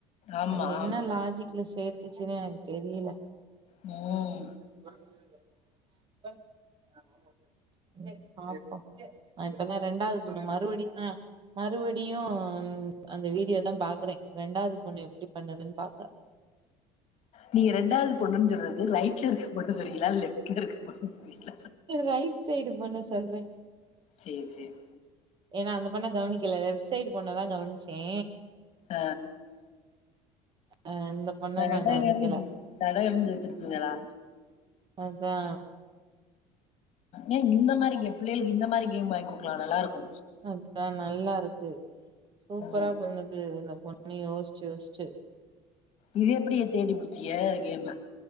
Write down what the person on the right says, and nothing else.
அது என்ன
லாஜிக்ல சேத்துச்சுன்னே எனக்கு தெரியல
<inaudible> <inaudible> சரி பாப்போ இப்பதா ரெண்டாவது பொண்ணு மறுபடி ஆ மறுவடியு அந்த வீடியோ தா பாக்குறே ரெண்டாவது பொண்ணு எப்டி பண்ணுதுன்னு பாக்குற
ரைட் சைடு பொண்ண சொல்றே
ஏனா அந்த பொண்ண கவனிக்கல லெப்ட் சைட் பொண்ணதா கவனிச்சே
அ இந்த பொண்ண
நா கவனிக்கல
அதா
அதா நல்லா இருக்கு சூப்பரா
பண்ணுது இந்த பொண்ணு யோஸ்ச்சு யோஸ்ச்சு